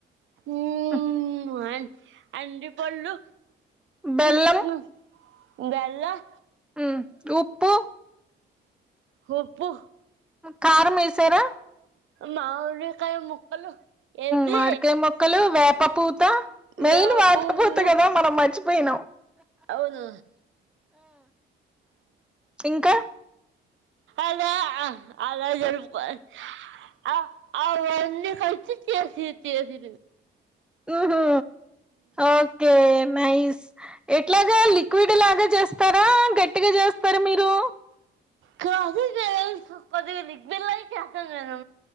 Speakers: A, on the right (about 75°); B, in the centre.
A: ఉమ్
B: ఆ
A: వాయ్ అండీ పళ్ళు
B: బెల్లం
A: ఇంట్నాన్ బెల్లం
B: హ్మ్ ఉప్పు
A: హోప్పు
B: కారం మేసేర
A: మావిడికాయ ముక్కలు వేసి
B: మావిడికాయ ముక్కలు వేప పప్పు త
A: వేపు
B: మెయిన్ వాడకపోతే
A: పువ్వు
B: కదా మనం మర్చి పోయినం
A: అవును
B: ఇంకా
A: అదా అలా జరుపుకోవలి అ అవన్ని కల్చి చేసి చేసి
B: ఊహు ఓకే నైస్ ఎట్లాగా లిక్విడ్ లాగా చేస్తారా గట్టిగా చేస్తారా మీరు.
A: కాదు గ్యాస్ కొద్దిగా లిక్విడ్ లాగే చేస్తాన్ నేను